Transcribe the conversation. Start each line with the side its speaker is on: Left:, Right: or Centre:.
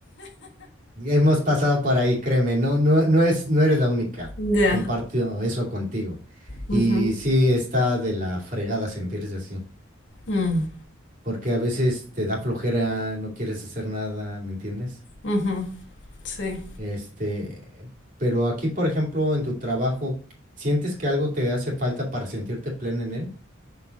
Right: Ya Hemos pasado por ahí, créeme, no, no, no es, no eres la única.
Left: Ya.
Right: Comparto eso contigo.
Left: Ujú.
Right: Y sí está de la fregada sentirse así,
Left: Mm,
Right: porque a veces te da flojera, no quieres hacer nada, ¿me entiendes?
Left: ujú. Sí.
Right: Este, pero aquí, por ejemplo, en tu trabajo, ¿sientes que algo te hace falta para sentirte plena en él?